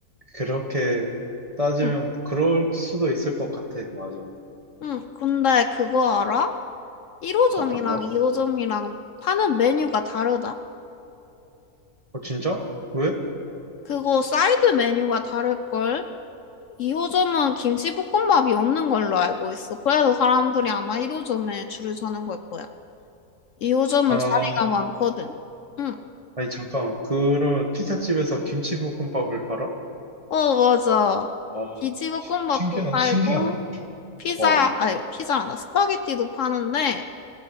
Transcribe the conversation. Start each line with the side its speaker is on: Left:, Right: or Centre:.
Right: 그렇게 따지면
Left: 응,
Right: 그럴 수도 있을 것 같아. 맞아.
Left: 응. 근데 그거 알아? 1호점이랑
Right: 어떤가?
Left: 2호점이랑 파는 메뉴가 다르다?
Right: 어, 진짜? 왜?
Left: 그거 사이드 메뉴가 다를걸? 2호점은 김치볶음밥이 없는 걸로 알고 있어. 그래서 사람들이 아마 1호점에 줄을 서는 걸 거야. 2호점은
Right: 아,
Left: 자리가 많거든. 응.
Right: 아니, 잠깐만. 그러면 피자집에서 김치볶음밥을 팔아?
Left: 어, 맞아.
Right: 어,
Left: 김치볶음밥도
Right: 시- 신기하,
Left: 팔고,
Right: 신기하네.
Left: 피자,
Right: 어,
Left: 아니, 피자란다. 스파게티도 파는데,